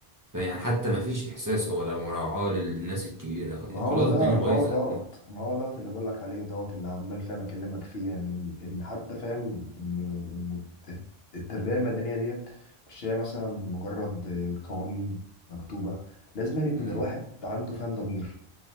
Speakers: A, on the right; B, on the left.
A: يعني حتى ما فيش احساس او ولا مراعاة للناس الكبيرة
B: ما
A: خلاص
B: هو ده
A: الدنيا
B: ما
A: بايظة
B: هو دوت
A: يعني
B: ما هو دوت اللي بقول لك عليه دوت اللي عمال فاهم اكلمك فيه يعني ان حتى فاهم ان ان الت- التربيه المدنيه ديت مش هي مثلا مجرد قوانين مكتوبه لازم أن يكون
A: مم.
B: الواحد عنده فاهم ضمير